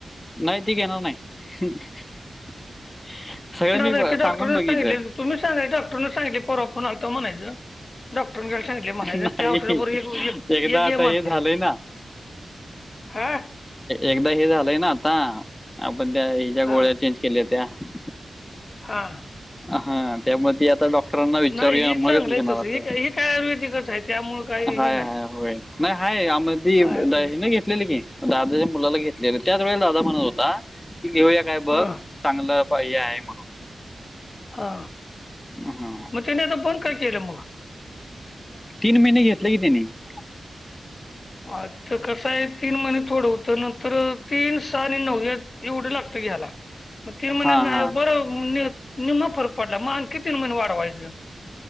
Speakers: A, on the left (about 20°); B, on the left (about 40°).
A: नाही ते घणार नाही. <unintelligible> सगळं
B: येणार
A: मी
B: आहे ते
A: सांगून
B: डॉक्टरने
A: बघितलं
B: सांगितले
A: <unintelligible>
B: तुम्ही सांगय डॉक्टरना सांगितले पररा फो आल तर म्हणायचं. <unintelligible> डॉक्टरांकडे सांगले म्हणायचं
A: नाही
B: त्या षराबर एक एक
A: एकदा आता
B: हे म्हणायचं.
A: झालंय
B: <unintelligible>
A: ना
B: हा. <unintelligible>
A: एकदा हे झालंय ना आता आपण त्या हि ज्या गोळ्या
B: हा
A: चेंज केल्या त्या्या. <unintelligible>
B: हा. <unintelligible>
A: हा त्यामुळे त आता डॉ. <unintelligible> ांना विचारूया
B: नाही ही चांगलं
A: मगच
B: आहे
A: घेणार
B: तसं
A: असं
B: ही काय ही काय आयुर्वेदिकच आहे त्यामुळं काही
A: हाय
B: ही नाही
A: हाय होय. <unintelligible> नाही आहेाय आम ती द
B: आयुर्वेदिक
A: नाही घेतलेली की. <unintelligible> दादाच्या मुलाला घेतले त्याच वेळेला दादा म्हणत होता की घेऊया काय बघ.
B: हा
A: <unintelligible> चांगलं हे आहे म्हणून. <unintelligible>
B: हा
A: हा
B: मग तने आता फोन काय केलं मग. <unintelligible>
A: तीन महिने घेतले की त्याने. <unintelligible>
B: आता कसं आहे तीन महिने थोडं होतं नंतर. <unintelligible> तीन सहा आणि नऊ एवढं लागतं घी ह्याला मग तीन महिन्यां
A: हा हा
B: बरं. <unintelligible> नि फरक पडला मग आण किती महिने वाढवायचं. <unintelligible>